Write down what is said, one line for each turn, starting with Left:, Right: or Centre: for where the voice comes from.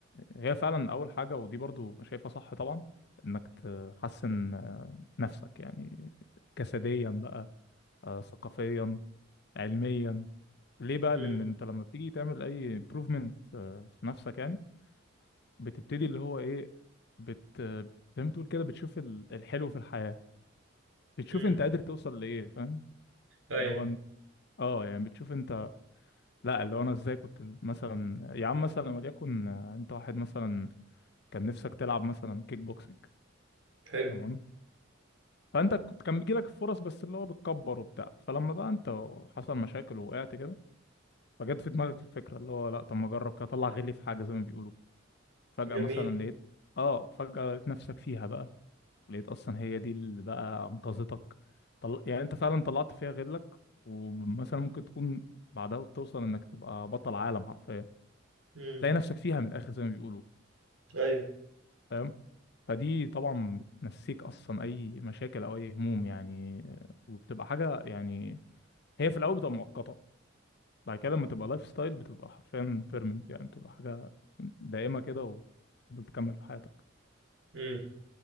Left: هي فعلا اول حاجه ودي برضو شايفها صح طبعا انك تحسن آه، نفسك يعني جسديا بقى آه، ثقافيا علميا ليه بقى
Right: امم
Left: لان انت لما بتيجي تعمل اي improvement آه، في نفسك يعني بتبتدي اللي هو ايه بت زي ما تقول كده بتشوف ال- الحلو في الحياه بتشوف
Right: امم
Left: انت قادر توصل لايه فاهم
Right: ايوه
Left: لو انت اه يعني بتشوف انت لا اللي هو انا ازاي كنت مثلا يا عم مثلا وليكن آه، انت واحد مثلا كان نفسك تلعب مثلا كيك بوكسنج
Right: حلو
Left: تمام فانت كنت كان بيجي لك فرص بس اللي هو بتكبر وبتاع فلما بقى انت حصل مشاكل ووقعت كده فجت في دماغك الفكره اللي هو لا طب ما اجرب كده اطلع غلي في حاجه زي ما بيقولوا فجاه
Right: جميل
Left: مثلا لقيت اه فجاه لقيت نفسك فيها بقى لقيت اصلا هي دي اللي بقى انقذتك طل... يعني انت فعلا طلعت فيها غلك ومثلا ممكن تكون بعدها توصل انك تبقى بطل عالم حرفيا
Right: امم
Left: تلاقي نفسك فيها من الاخر زي ما بيقولوا
Right: ايوه
Left: فاهم فدي طبعا بتنسيك اصلا اي مشاكل او اي هموم يعني وبتبقى حاجه يعني هي في الاول بتبقى مؤقته بعد كده لما تبقى لايف ستايل بتبقى حرفيا بيرمنت يعني بتبقى حاجه دائمه كده وتفضل تكمل في حياتك
Right: امم